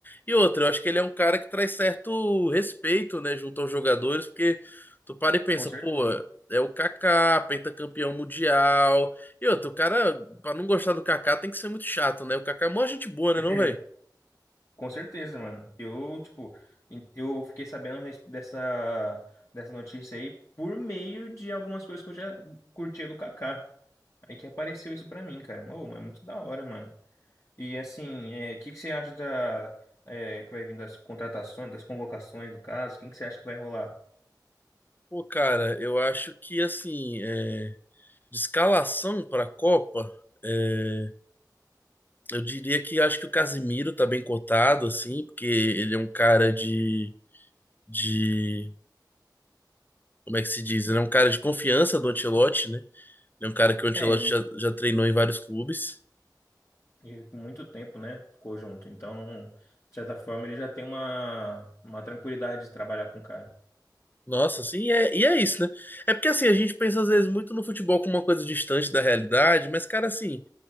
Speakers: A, on the left; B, on the left.
A: E outra, eu acho que ele é um cara que traz certo respeito, né, junto aos jogadores, porque tu para e pensa,
B: Com
A: pô,
B: certeza.
A: é o Kaká, pentacampeão mundial. E outro o cara, pra não gostar do Kaká, tem que ser muito chato, né? O Kaká é mó gente boa, né,
B: <laughs>
A: não, velho?
B: Com certeza, mano. Eu, tipo, em- eu fiquei sabendo res- dessa, dessa notícia aí por meio de algumas coisas que eu já curtia do Kaká. Aí que apareceu isso pra mim, cara. Ô, mas é muito da hora, mano. E assim, é, o que que você acha da, é, que vai vir das contratações, das convocações, no caso? Quem que você acha que vai rolar?
A: Pô, cara, eu acho que assim, é, De escalação para a Copa, é, eu diria que acho que o Casimiro tá bem cotado, assim, porque ele é um cara de, de. Como é que se diz? Ele é um cara de confiança do Ancelotti, né? Ele é um cara que o Ancelotti
B: É, ele,
A: já, já treinou em vários clubes.
B: ele por muito tempo, né, ficou junto. Então, de certa forma, ele já tem uma, uma tranquilidade de trabalhar com o cara.
A: Nossa, assim, e é, e é isso, né? É porque, assim, a gente pensa às vezes muito no futebol como uma coisa distante da realidade, mas, cara, assim,